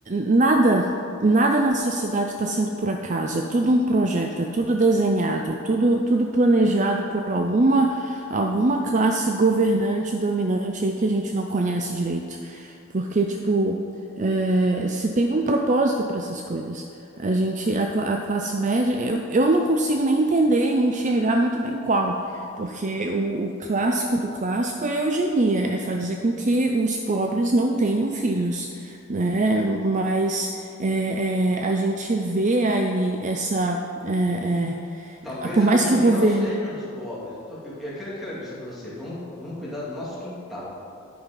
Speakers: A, on the right (about 35°); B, in the centre.
A: nada, nada na sociedade está sendo por acaso, é tudo um projeto, é tudo desenhado, é tudo, tudo planejado por alguma, alguma classe governante, dominante aí que a gente não conhece direito. Porque, tipo, é, se tem um propósito para essas coisas. A gente, a, cla- a classe média, eu, eu não consigo nem entender e enxergar muito bem qual. Porque o, o clássico do clássico é a eugenia, é fazer com que os pobres não tenham filhos, né? Mas é, é, a gente vê aí essa, é,
B: Talvez
A: é, por
B: a
A: mais
B: Eugeninha
A: que o governo,
B: não seja um dos pobres. Eu, tô- eu, eu quero, quero dizer pra você, vamos, vamos cuidar do nosso quintal.